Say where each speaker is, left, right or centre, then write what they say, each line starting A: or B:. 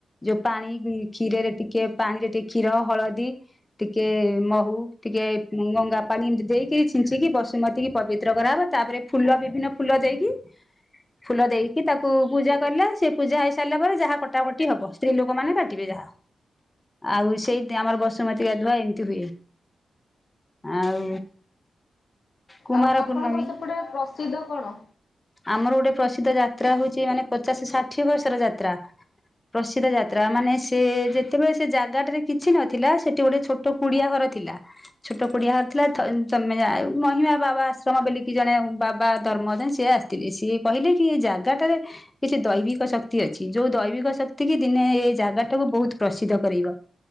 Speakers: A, on the left; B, on the left.
A: ଯଉ ପାଣି କ୍ଷୀରେରେ ଟିକେ ପାଣିରେ ଟିକେ କ୍ଷୀର, ହଳଦୀ ଟିକେ ମହୁ ଟିକେ ଗଙ୍ଗା ପାଣି ଏମିତି ଦେଇକି ଛିଞ୍ଚିକି ବସୁମତୀ କି ପବିତ୍ର କରାହବ ତାପରେ ଫୁଲ ବିଭିନ୍ନ ଫୁଲ ଦେଇକି ଫୁଲ ଦେଇକି ତାକୁ ପୂଜା କଲେ ସେ ପୂଜା ହେଇସାରିଲା ପରେ ଯାହା କଟାକଟି ହବ ସ୍ତ୍ରୀ ଲୋକୋ ମାନେ କାଟ୍ ଟିବେ ଯାହା ଆଉ ସେଇ ଆମର ବସୁମତୀ ଗାଧୁଆ ଏମିତି ହୁଏ। ଆଉ। କୁମାର
B: ଆଉ ଆପଣଙ୍କର
A: ପୂର୍ଣ୍ଣମୀ
B: ସେପଟେ ପ୍ରସିଦ୍ଧ କଣ?
A: ଆମର ଗୋଟେ ପ୍ରସିଦ୍ଧ ଯାତ୍ରା ହୋଉଚି ମାନେ ପଚାଶ ଷାଠିଏ ବର୍ଷର ଯାତ୍ରା। ପ୍ରସିଦ୍ଧ ଯାତ୍ରା ମାନେ ସିଏ ଯେତେବେଳେ ସେ ଜାଗାଟେରେ କିଛି ନଥିଲା ସେଠି ଗୋଟେ ଛୋ ଟୋ କୁଡିଆ ଘର ଥିଲା ଛୋଟୋ କୁଡିଆ ଘର ଥିଲା ଥ ତମେ ଯା ମହିମା ବାବା ଆଶ୍ରମ ବେଲିକି ଜଣେ ବାବା <unintelligible> ସିଏ ଆସିଥିଲେ ସିଏ କହିଲେ କି ଏ ଜାଗାଟାରେ କିଛି ଦୈବିକ ଶକ୍ତି ଅଛି ଯୋଉ ଦୈବିକ ଶକ୍ତି କି ଦିନେ ଏଇ ଜାଗାଟାକୁ ବୋହୁତ ପ୍ରସିଦ୍ଧ କରେଇବ।